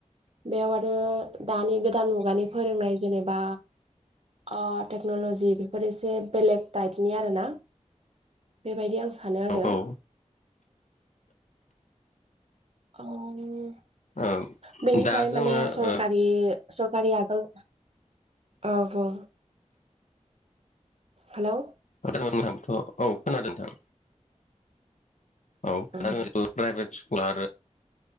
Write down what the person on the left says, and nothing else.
औ
औ
औ
दा जोङो
ओ
औ नोंथांथ' औ खोनादों नोंथां औ
दा प्राइभेट स्कुल आरो